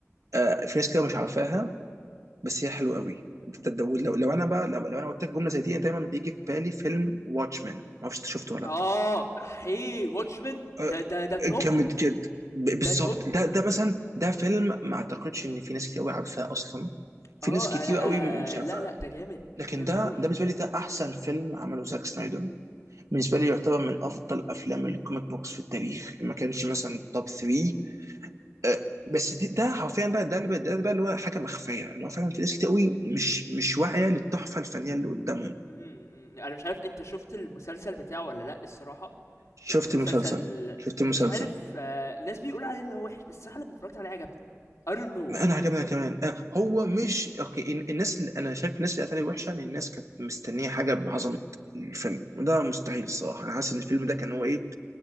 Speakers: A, on the right (about 80°); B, on the left (about 75°).
A: آه، في ناس كده مش عارفاها بس هي حلوه قوي ده- ده- ده- لو, لو انا بقى لو, لو انا قلت لك جمله زي دي أنا دايما بيجي في بالي فيلم واتشمان ما اعرفش انت شفته ولا
B: اه
A: لا
B: هي واتشمان
A: آه،
B: ده ده ده توب
A: جامد جدا ب-
B: ده
A: بالظبط
B: توب
A: ده ده مثلا ده فيلم ما اعتقدش ان في ناس كتير قوي عارفاه اصلا في
B: اه
A: ناس كتير
B: انا
A: قوي
B: آه
A: مش عارفه
B: لا لا ده جامد
A: لكن
B: جامد
A: ده
B: اوي
A: ده بالنسبه لي ده احسن فيلم عمله زاك سنايدر بالنسبه لي يعتبر من افضل افلام الكوميك بوكس في التاريخ ما كانش مثلا توب 3 أه، بس دي- ده حرفيا بقى ده اللي بقى- ده بقى اللي هو حاجه مخفيه اللي هو فعلا في ناس كتير قوي مش مش واعيه للتحفه الفنيه اللي قدامهم
B: إمم، إمم، أنا مش عارف أنت شُفت المسلسل بتاعه والّا لأ الصراحة،
A: شفت
B: كان في مسلسل
A: المسلسل شفت
B: مش
A: المسلسل
B: عارف آه، الناس بيقولوا عليه إن هو وِحِش، بس الصراحة لمّا اتفرّجت عليه عجبني I don't know
A: ما انا عجبنا كمان آه، هو مش اوكي ال- الناس اللي انا شايف الناس اللي قالت عليه وحشه ان الناس كانت مستنيه حاجه بعظمه الفيلم وده مستحيل الصراحه انا حاسس ان الفيلم ده كان هو ايه